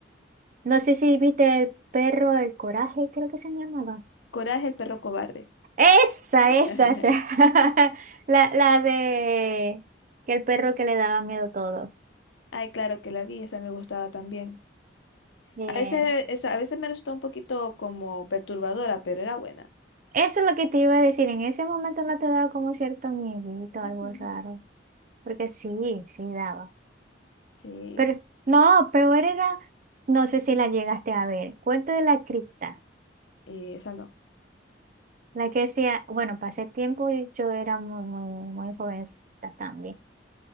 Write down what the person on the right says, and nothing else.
No sé si viste el perro del coraje, creo que se llamaba.
Esa,
esa, esa. <laughs> La, la de que el perro que le daba miedo todo.
Bien.
Eso es lo que te iba a decir. En ese momento no te daba como cierto miedito,
algo raro. Porque sí, sí daba.
Pero no, peor era, no sé si la llegaste a ver. Cuento de la cripta.
La que decía, bueno, pasé tiempo y yo era muy, muy, muy jovencita también.